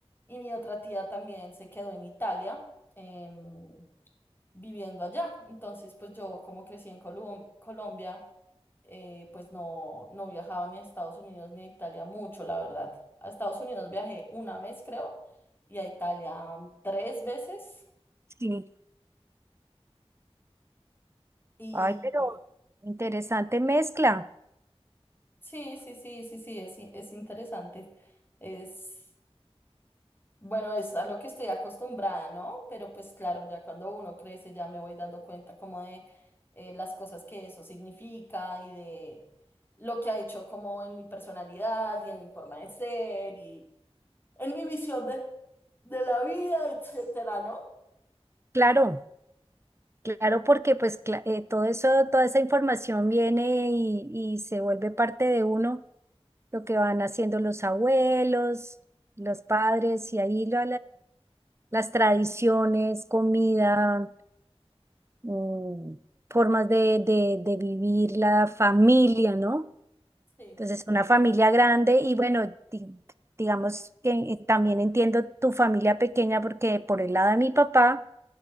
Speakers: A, on the left; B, on the right.
A: y mi otra tía también se quedó en Italia. em, viviendo allá. Entonces, pues yo como crecí en Colu- Colombia, eh, pues no, no viajaba ni a Estados Unidos ni a Italia mucho, la verdad. A Estados Unidos viajé una vez, creo, y a Italia mm, tres veces.
B: sí.
A: Y
B: Ay, pero
A: y
B: interesante mezcla.
A: sí, sí, sí, sí, sí, es, i- es interesante. Es. Bueno, es a lo que estoy acostumbrada, ¿no? Pero pues claro, ya cuando uno crece ya me voy dando cuenta como de eh, las cosas que eso significa y de lo que ha hecho como en mi personalidad y en mi forma de ser y en mi visión de, de la vida, etcétera, ¿no?
B: Claro, claro, porque pues cla- eh, todo eso, toda esa información viene y, y se vuelve parte de uno, lo que van haciendo los abuelos, los padres, y ahí lo, las tradiciones, comida, mm, formas de, de, de vivir la familia, ¿no?
A: Sí,
B: Entonces, una familia grande y bueno, di- digamos que eh, también entiendo tu familia pequeña porque por el lado de mi papá,